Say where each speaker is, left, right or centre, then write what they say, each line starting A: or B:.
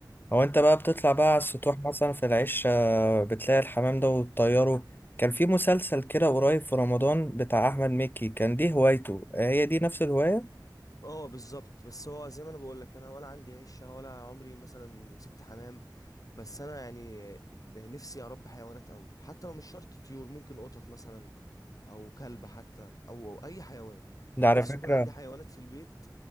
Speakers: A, on the left; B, on the left.
A: هو انت بقى بتطلع بقى على السطوح مثلا في العش آه، بتلاقي الحمام ده وتطيره كان في مسلسل كده قريب في رمضان بتاع احمد مكي كان دي هوايته هي دي نفس الهواية
B: اه بالظبط بس هو زي ما انا بقول لك انا ولا عندي عشه ولا عمري مثلا مسكت حمام بس انا يعني نفسي اربي حيوانات قوي حتى لو مش شرط طيور ممكن قطط مثلا او كلب حتى او او اي حيوان
A: ده
B: يعني
A: على
B: نفسي
A: فكرة
B: يكون عندي حيوانات في البيت